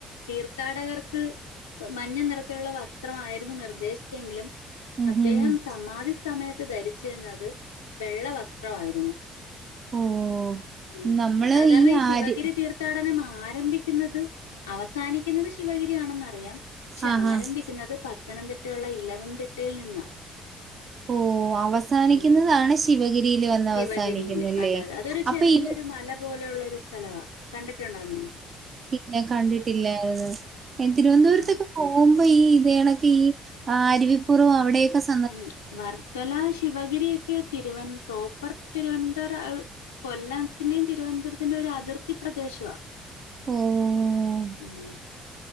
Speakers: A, on the left (about 80°); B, on the right (about 45°).
A: തീർത്ഥാടകർക്ക് മഞ്ഞ നിറത്തിലുള്ള വസ്ത്രംമായിയിരുന്നു നിർദ്ദേശിച്ചെങ്കിലും
B: ഉം
A: അദ്ദേഹം
B: ഉം ഉം
A: സമാധി സമയത്ത് ധരിച്ചിരുന്നത് വെള്ള വസ് ത്രായിരുന്നു
B: ഓഹ്
A: ഉം
B: നമ്മള്
A: സാധാരണ ഈ ശിവഗിരി
B: ആര്
A: തീർഥ ർഥാടനം ആരംഭിക്കുന്നത് അവസാനിക്കുന്നത് ശിവഗിരിയാണെന്ന്റിയാം ക്ഷെ
B: ആഹ്
A: ആരംഭിക്കുന്നത്
B: ആഹ്
A: പത്തനംതിട്ടയുള്ള ഇലവന്തിട്ടയിൽ നിന്നാ
B: ഓ അവസാനിക്കുന്നതാണ്
A: ഉം
B: ശിവഗിരിയിയില്ൽ വന്ന്
A: ശിവഗിരിയില്
B: അവസാനിക്കുന്നല്ലേ
A: അതെ അതെ അതൊരു
B: അപ്പൊ
A: ചെറിയൊരു
B: ഇ
A: മല പോലെയുള്ള ഒരു സ്ഥലവാ കണ്ടിട്ടുണ്ടോ നീ
B: ഇല്ല കണ്ടിട്ടില്ലായിരുന്നു തിരുവനന്തപുരത്തൊക്കെ
A: ഉം
B: പോമ്പോ ഈ ഇതണൊക്കെ ഈ അരുവിപ്പുറും അവിടെക്കെ സ്
A: ഉം വർക്കല ശിവഗിരി ഒക്കെ തിരുവ പ്രോപ്പർ തിരുവനന്തപുരം കൊല്ലത്തിന്റെയും തിരുവനന്തപുരത്തിന്റെയും ഒരു അതിർത്തി പ്രദേശവാ
B: ഓഹ്
A: ഉം